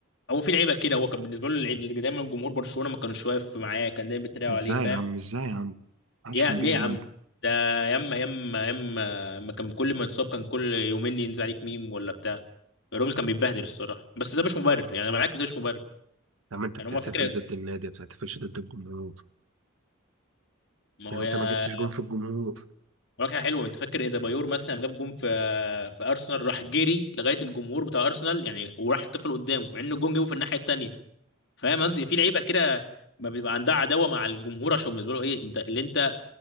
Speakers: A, on the left; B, on the right.
A: هو في لعيبه كده هو كان بالنسبه له اللي دايما جمهور برشلونه ما كانوش واقف معاه كان دايما بيتريقوا
B: إزاي
A: عليه فاهم
B: يا عم إزاي يا عم محدش
A: يا
B: كان
A: ليه
B: بيجي
A: يا
B: جنبه
A: عم ده ياما ياما ياما اما كان كل ما يتصاب كان كل يومين ينزل عليك ميم ولا بتاع الراجل كان بيتبهدل الصراحه بس ده مش مبرر يعني انا معاك ده مش مبرر
B: يا عم أنت
A: يعني
B: بتحتفل
A: هما فكره
B: ضد النادي ما بتحتفلش ضد الجمهور
A: ما هو
B: يعني
A: يا
B: أنت ما جبتش جون في الجمهور
A: مراكنة حلوه انت فاكر ايه ده بايور مثلا لما جاب جون في في ارسنال راح جري لغايه الجمهور بتاع ارسنال يعني وراح طفل قدامه مع ان الجون جابه في الناحيه التانيه فاهم انت في لعيبه كده ما بيبقى عندها عداوه مع الجمهور عشان بالنسبه له ايه انت اللي انت